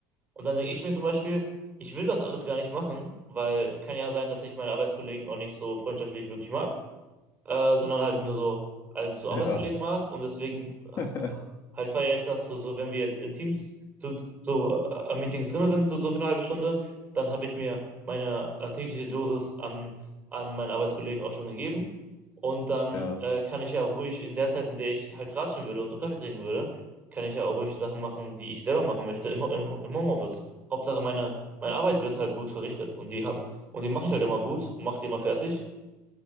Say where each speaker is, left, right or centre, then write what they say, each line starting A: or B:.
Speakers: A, on the right (about 20°); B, on the left (about 35°).
A: Und dann denke ich mir zum Beispiel, ich will das alles gar nicht machen, weil kann ja sein, dass ich meine Arbeitskollegen auch nicht so freundschaftlich wirklich mag äh, sondern halt nur so als so Arbeitskollegen
B: <laughs> Ja.
A: mag und deswegen äh,
B: <laughs>
A: halt feiere ich das so, so wenn wir jetzt in Teams so, so äh, am Meetings drin sind, so, so für eine halbe Stunde, dann habe ich mir meine äh, tägliche Dosis an, an meinen Arbeitskollegen auch schon gegeben und dann
B: Ja,
A: äh, kann ich ja ruhig in der Zeit, in der ich halt ratschen würde und so Kaffee trinken würde, kann ich ja auch ruhig Sachen machen, die ich selber machen möchte im, Ho- im, Ho- im Homeoffice. Hauptsache meine, meine Arbeit wird halt gut verrichtet und die hab, und die mache ich halt immer gut und mache sie immer fertig.